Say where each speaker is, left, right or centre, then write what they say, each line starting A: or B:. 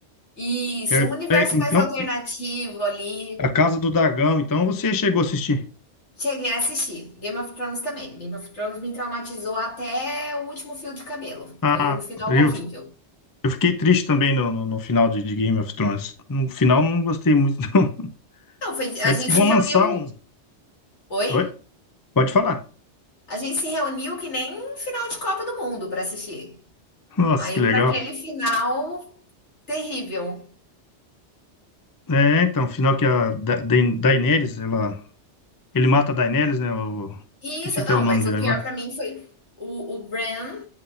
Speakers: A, on the left; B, on the left.
A: Isso,
B: Harry,
A: um universo
B: é, então,
A: mais alternativo ali.
B: A Casa do Dragão, então você chegou a assistir.
A: Cheguei a assistir. Game of Thrones também. Game of Thrones me traumatizou até o último fio de cabelo.
B: Ah,
A: Foi um final
B: eu,
A: horrível.
B: Eu fiquei triste também no, no, no final de, de Game of Thrones. No final não gostei muito, não. <laughs>
A: Não, foi, a
B: Mas
A: gente
B: diz que vão
A: se reuniu.
B: lançar um.
A: Oi?
B: Oi? Pode falar.
A: A gente se reuniu que nem final de Copa do Mundo para assistir.
B: Nossa,
A: Aí
B: que legal.
A: para aquele final terrível.
B: É, então, o final que a da Da- Daenerys, ela. Ele mata a Daenerys, né? o-
A: E
B: Esqueci
A: Isso,
B: até
A: não,
B: o nome
A: mas
B: dele
A: o pior
B: agora.
A: para mim foi o, o Bran,